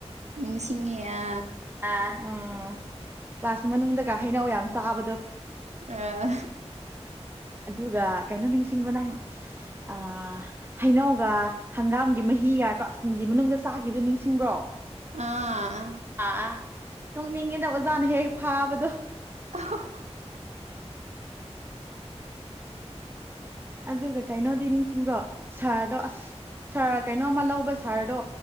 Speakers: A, on the right; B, on the right.
A: ꯅꯤꯡꯁꯤꯡꯉꯦ ꯑ
B: ꯎꯝ ꯀ꯭ꯂꯥꯁ ꯃꯅꯨꯡꯗꯒ ꯍꯩꯅꯧ ꯌꯥꯝ ꯆꯥꯕꯗꯣ
A: ꯑꯥ
B: ꯑꯗꯨꯒ ꯀꯩꯅꯣ ꯅꯤꯡꯁꯤꯡꯕ ꯅꯪ ꯑ ꯍꯩꯅꯧꯒ ꯍꯪꯒꯥꯝꯒꯤ ꯃꯍꯤꯒ ꯀ꯭ꯂꯥꯁꯒꯤ ꯃꯅꯨꯡꯗ ꯆꯥꯈꯤꯕꯗꯣ ꯅꯤꯡꯁꯤꯡꯕ꯭ꯔꯣ
A: ꯑꯥ
B: ꯑꯥꯥ ꯅꯣꯛꯅꯤꯡꯉꯤꯗ ꯑꯣꯖꯥꯅ ꯍꯦꯛ ꯐꯥꯕꯗꯣ
A: ꯑꯥ
B: ꯑꯗꯨꯒ ꯀꯩꯅꯣꯗꯤ ꯅꯤꯡꯁꯤꯡꯕ꯭ꯔꯣ ꯁꯥꯔꯗꯣ ꯑꯁ ꯁꯥꯔ ꯀꯩꯅꯣꯝꯃ ꯂꯧꯕ ꯁꯥꯔꯗꯣ